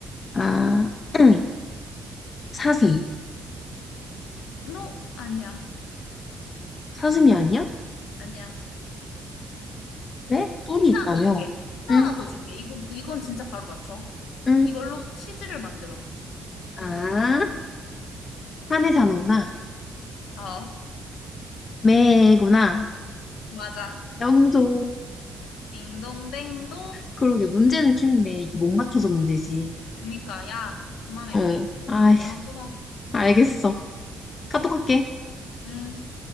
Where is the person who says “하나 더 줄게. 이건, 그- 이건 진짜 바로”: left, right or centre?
Left